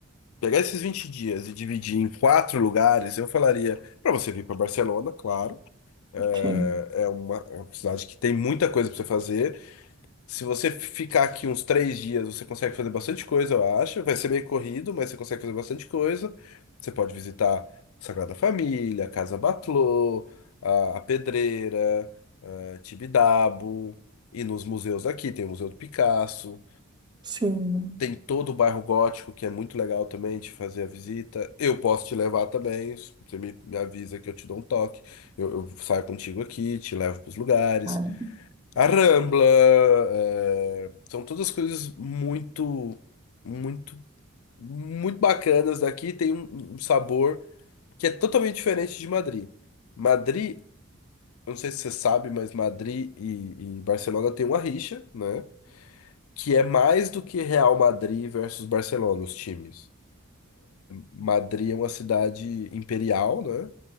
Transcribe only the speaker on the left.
pegar esses 20 dias e dividir em quatro lugares, eu falaria para você vir para Barcelona, claro. É
é uma, é uma cidade que tem muita coisa para você fazer. Se você ficar aqui uns três dias, você consegue fazer bastante coisa, eu acho. Vai ser meio corrido, mas você consegue fazer bastante coisa. Você pode visitar Sagrada Família, Casa Batlló, a, a Pedreira, a Tibidabo, e nos museus aqui. Tem o Museu do Picasso,
tem todo o bairro gótico, que é muito legal também de fazer a visita. Eu posso te levar também. Você me, me avisa que eu te dou um toque. Eu, eu saio contigo aqui, te levo para os lugares.
A Rambla, é, são todas coisas muito, muito, muito bacanas daqui. Tem um, um sabor que é totalmente diferente de Madrid. Madrid, eu não sei se você sabe, mas Madrid e, e Barcelona tem uma rixa, né? Que é mais do que Real Madrid versus Barcelona, os times. Madrid é uma cidade imperial, né?